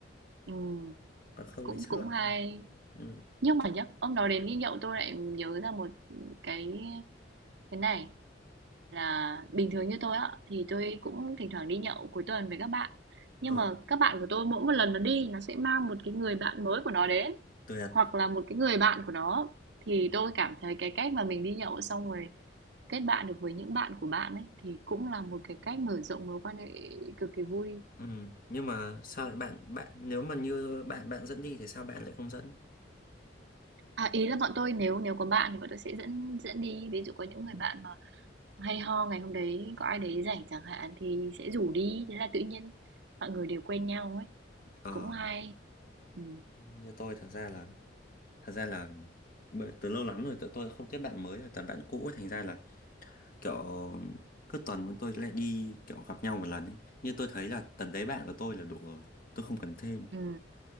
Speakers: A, on the right; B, on the left.
A: Ừm,
B: còn không
A: cũng
B: thì chắc
A: cũng
B: là không
A: hay.
B: ừ
A: Nhưng mà nhá, ông nói đến đi nhậu tôi lại nhớ ra một cái cái này là bình thường như tôi á thì tôi cũng thỉnh thoảng đi nhậu cuối tuần với các bạn. Nhưng
B: ờ
A: mà các bạn của tôi mỗi một lần nó đi nó sẽ mang một cái người bạn mới của nó đến
B: tuyệt
A: hoặc là một cái người bạn của nó thì tôi cảm thấy cái cách mà mình đi nhậu xong rồi kết bạn được với những bạn của bạn ấy thì cũng là một cái cách mở rộng mối quan hệ cực kỳ vui
B: ừ nhưng mà sao lại bạn bạn nếu mà như bạn bạn dẫn đi thì sao bạn lại không dẫn
A: à, ý là bọn tôi nếu nếu có bạn thì bọn tôi sẽ dẫn dẫn đi ví dụ có những người
B: Ừ.
A: bạn mà hay ho ngày hôm đấy có ai đấy rảnh chẳng hạn thì sẽ rủ đi thế là tự nhiên mọi người đều quen nhau ấy
B: ờ
A: cũng hay ừ.
B: như tôi thật ra là thật ra là bởi từ lâu lắm rồi tụi tôi không kết bạn mới rồi toàn bạn cũ ấy, thành ra là kiểu cứ tuần bọn tôi lại đi kiểu gặp nhau một lần ấy như tôi thấy là tầm đấy bạn của tôi là đủ rồi tôi không cần thêm
A: Ừ.